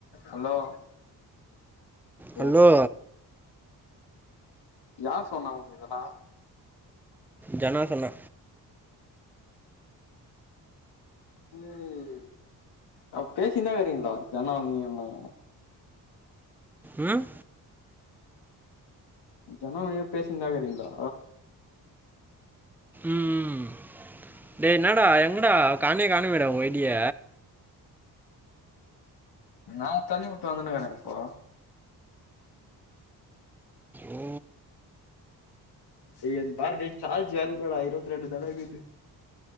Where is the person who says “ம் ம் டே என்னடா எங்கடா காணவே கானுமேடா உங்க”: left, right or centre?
Centre